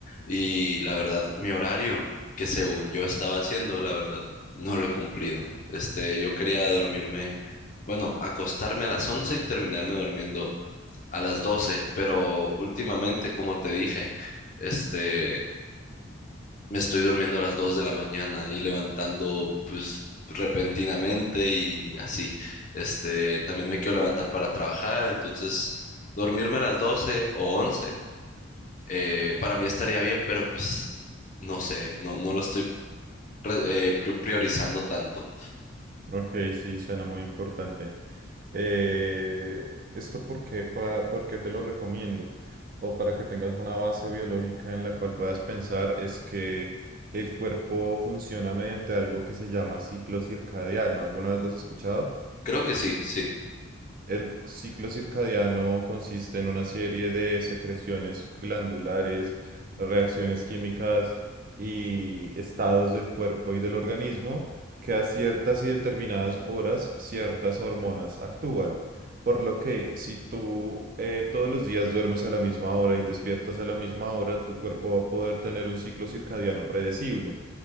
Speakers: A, on the left; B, on the right.
A: Y la verdad, mi horario, que según yo estaba haciendo, la verdad, no lo he cumplido. Este, yo quería dormirme, bueno, acostarme a las 11 y terminarme durmiendo a las 12 pero últimamente, como te dije, este, me estoy durmiendo a las 2 de la mañana y levantando, pues, repentinamente y así. Este, también me quiero levantar para trabajar, entonces, dormirme a las 12 o once eh, para mí estaría bien, pero pues no sé, no, no lo estoy re- eh, pri- priorizando tanto.
B: Ok, sí, suena muy importante. Eh, ¿esto por qué, pa- por qué te lo recomiendo? O para que tengas una base biológica en la cual puedas pensar es que el cuerpo funciona mediante algo que se llama ciclo circadiano. ¿Alguna vez lo has escuchado?
A: Creo que sí, sí,
B: El ciclo circadiano consiste en una serie de secreciones glandulares, reacciones químicas y estados del cuerpo y del organismo que a ciertas y determinadas horas ciertas hormonas actúan. Por lo que si tú eh, todos los días duermes a la misma hora y despiertas a la misma hora, tu cuerpo va a poder tener un ciclo circadiano predecible.